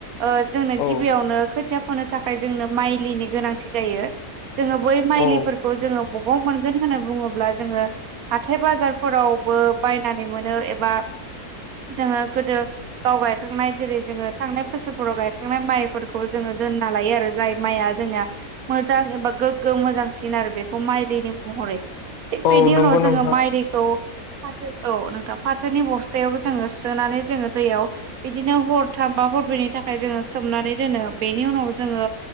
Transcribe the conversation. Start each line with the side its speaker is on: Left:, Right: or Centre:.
Right: ओ जोंनो
Left: औ
Right: गिबियावनो खो खोथिया फोनो थाखाय जोंनो माइलिनि गोनांथि जायो जोङो बै माइलिफोरखौ
Left: औ
Right: जोङो ब बहा मोनगोन होनना बुङोब्ला जोङो हाथाइ बाजारफोरावबो बायनानै मोनो एबा जोङो गोदो गाव गायखांनाय जेरै जोङो थांनाय बोसोरफोराव गायखांनाय माइफोरखौ जोङो दो ना लायो आरो जाय माइया जोंनिया मोजां एबा गोग्गो मोजां सि आरो बेखौ माइलिनि महरै थिग
Left: औ
Right: बेनि
Left: नंगौ
Right: उनाव जोङो
Left: नोंथां
Right: माइलिखौ फाथो औ नोंथां फाथोनि बस्थायावबो जोङो सोनानै जोङो दैयाव बिदिनो हरथाम बा हरब्रैनि थाखाय जोङो सोमनानै दोनो बेनि उनाव जोङो